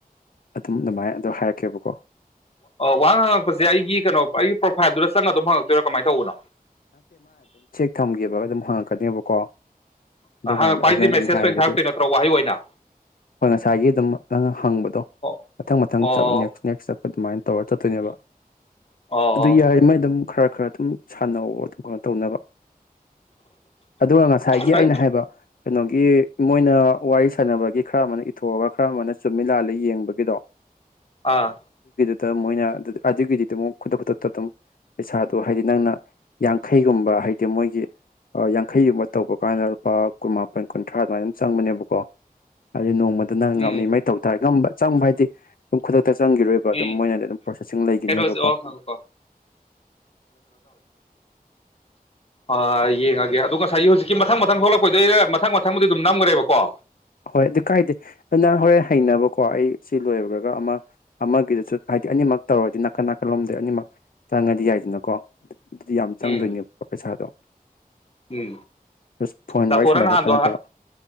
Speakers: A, on the left; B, on the left.
A: ꯑꯗꯨꯝ ꯑꯗꯨꯃꯥꯏꯅ ꯑꯗꯨꯗꯣ ꯍꯥꯏꯔꯛꯦ ꯀꯦꯕꯀꯣ
B: ꯋꯥꯍꯪ ꯍꯪꯉꯛꯄꯁꯦ ꯑꯩꯒꯤ ꯀꯩꯅꯣ ꯑꯩꯒꯤ ꯄ꯭ꯔꯣꯐꯥꯏꯜꯗꯨꯗ ꯆꯪꯉꯒ ꯑꯗꯨꯝ ꯍꯪꯉꯛꯄ ꯑꯗꯨ ꯀꯃꯥꯏꯅ ꯇꯧꯕꯅꯣ
A: ꯊꯝꯒꯦꯕꯒ ꯑꯗꯨꯝ ꯍꯪꯉꯛꯀꯅꯦꯕꯀꯣ
B: ꯍꯪꯉꯛꯄ
A: ꯑꯗꯨꯀꯥꯟꯗ ꯑꯩꯈꯣꯏꯅ
B: ꯍꯥꯏꯁꯦ ꯃꯦꯁꯦꯖ
A: ꯑꯗꯨꯝ ꯍꯥꯏꯔꯒꯦ
B: ꯑꯣꯏꯅ ꯊꯥꯔꯛꯇꯣꯏ
A: ꯑꯗꯨ
B: ꯅꯠꯇ꯭ꯔꯣ ꯋꯥꯍꯩ ꯑꯣꯏꯅ
A: ꯍꯣꯏ ꯉꯁꯥꯏꯒꯤ ꯑꯗꯨꯝ ꯅꯪ ꯍꯪꯕꯗꯣ
B: ꯑꯣ
A: ꯃꯊꯪ ꯃꯊꯪ
B: ꯑꯣ
A: ꯆꯞ ꯅꯦꯛꯁ ꯅꯦꯛꯁ ꯆꯞ ꯑꯗꯨꯃꯥꯏꯅ ꯇꯧꯔ ꯆꯠꯇꯣꯏꯅꯦꯕ
B: ꯑꯣ
A: ꯑꯗꯨ ꯌꯥꯏ ꯃꯩ ꯑꯗꯨꯝ ꯈꯔ ꯈꯔ ꯑꯗꯨꯝ ꯑꯅꯧ ꯑꯗꯨꯝ ꯀꯩꯅꯣ ꯇꯧꯅꯕ ꯑꯗꯨꯒ ꯉꯁꯥꯏꯒꯤ
B: ꯑꯩ
A: ꯑꯩꯅ ꯍꯥꯏꯕ ꯀꯩꯅꯣꯒꯤ ꯃꯣꯏꯅ ꯋꯥꯔꯤ ꯁꯥꯟꯅꯕꯒꯤ ꯈꯔ ꯑꯃꯅ ꯏꯊꯣꯛꯑꯒ ꯈꯔ ꯑꯃꯅ ꯆꯨꯝꯃꯤꯂꯥꯜꯂ ꯌꯦꯡꯕꯒꯤꯗꯣ
B: ꯑꯥ
A: ꯗ ꯃꯣꯏꯅ ꯑꯗꯨꯒꯤꯗꯤ ꯑꯃꯛ ꯈꯨꯗꯛ ꯈꯨꯗꯛꯇ ꯑꯗꯨꯝ ꯄꯩꯁꯥꯗꯣ ꯍꯥꯏꯗꯤ ꯅꯪꯅ ꯌꯥꯡꯈꯩꯒꯨꯝꯕ ꯍꯥꯏꯗꯤ ꯃꯣꯏꯒꯤ ꯌꯥꯡꯈꯩꯒꯨꯝꯕ ꯇꯧꯕ ꯀꯥꯟꯗ ꯂꯨꯄꯥ ꯀꯨꯟꯃꯥꯄꯟ ꯀꯨꯟꯊ꯭ꯔꯥ ꯑꯗꯨꯃꯥꯏꯅ ꯑꯗꯨꯝ ꯆꯪꯕꯅꯦꯕꯀꯣ ꯑꯗꯨ ꯅꯣꯡ ꯃꯗꯨꯅ
B: ꯎꯝ
A: ꯉꯝꯃꯤ ꯃꯩ ꯇꯧ ꯇꯥꯔꯦ ꯉ ꯆꯪꯕ ꯍꯥꯏꯗꯤ ꯑꯗꯨ ꯈꯨꯗꯛꯇ ꯍꯛꯇ ꯆꯪꯈꯤꯔꯣꯏꯕ
B: ꯎꯝ
A: ꯑꯗꯨꯝ ꯃꯣꯏꯅꯗꯤ ꯑꯗꯨꯝ ꯄ꯭ꯔꯣꯁꯦꯁꯤꯡ ꯂꯩꯈꯤꯅꯦꯕꯀꯣ
B: ꯀꯩꯅꯣꯁꯦ ꯑꯣ ꯉꯥꯏꯈꯣꯀꯣ ꯑꯥ ꯌꯦꯡꯉꯒꯦ ꯑꯗꯨꯗꯣ ꯉꯁꯥꯏꯒꯤ ꯍꯧꯖꯤꯛꯀꯤ ꯃꯊꯪ ꯃꯊꯪ ꯊꯣꯛꯂꯛꯄꯩꯗꯔ ꯃꯊꯪ ꯃꯊꯪꯕꯨꯗꯤ ꯑꯗꯨꯝ ꯅꯝꯈ꯭ꯔꯦꯕꯀꯣ
A: ꯍꯣꯏ ꯑꯗꯨ ꯀꯥꯏꯗꯦ ꯑꯗꯨ ꯅ ꯍꯣꯔꯦꯟ ꯍꯩꯅꯕꯀꯣ ꯑꯩ ꯁꯤ ꯂꯣꯏꯈꯨꯔꯒ ꯑꯃ ꯑꯃꯒꯤꯗꯨꯁꯨ ꯍꯥꯏꯗꯤ ꯑꯅꯤꯃꯛ ꯇꯧꯔꯗꯤ ꯅꯥꯀꯟ ꯅꯥꯀꯜꯂꯣꯝꯗ ꯑꯅꯤꯃꯛ ꯆꯪꯉꯗꯤ ꯌꯥꯏꯗꯅꯀꯣ ꯑꯗꯨꯗꯤ ꯌꯥꯝ ꯆꯪꯗꯣꯏꯅꯦꯕ
B: ꯎꯝ
A: ꯄꯩꯁꯥꯗꯣ
B: ꯎꯝ
A: ꯖꯁ ꯐꯣꯟ
B: ꯇꯥꯄꯔꯦꯅꯗ
A: ꯋꯥꯔꯤ ꯁꯥꯟꯅꯕ ꯈꯛꯇ ꯅꯠꯇꯕ